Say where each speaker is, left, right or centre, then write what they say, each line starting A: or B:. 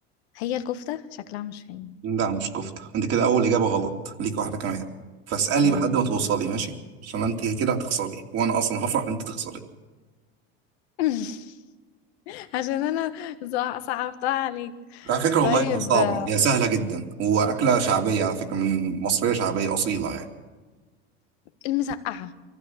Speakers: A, on the left; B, on the right.
A: هي الكفتة شكلها مش هي
B: لا مش كفته انت كده اول اجابه غلط ليك واحده كمان فاسالي
A: يا
B: لحد
A: نهاري
B: ما توصلي ماشي عشان انت كده هتخسري وانا اصلا هفرح ان انت تخسري
A: <laughs> عشان انا زع- صعبتها عليك
B: على فكره
A: طيب
B: والله ما صعبه
A: آه،
B: هي سهله جدا واكله شعبيه على فكره من مصريه شعبيه اصيله يعني
A: المسقعة